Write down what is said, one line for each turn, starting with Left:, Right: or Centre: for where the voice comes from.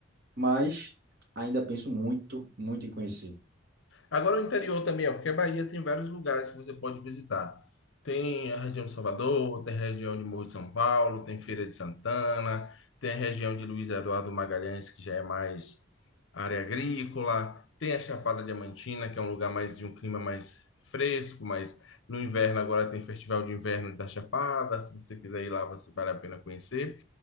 Right: Mas ainda penso muito, muito em conhecer.
Left: Agora o interior também, ó, porque a Bahia tem vários lugares que você pode visitar. Tem a região de Salvador, tem a região de Morro de São Paulo, tem Feira de Santana, tem a região de Luiz Eduardo Magalhães, que já é mais área agrícola, tem a Chapada Diamantina, que é um lugar mais de um clima mais fresco, mas no inverno agora tem Festival de Inverno da Chapada, se você quiser ir lá, você vale a pena conhecer.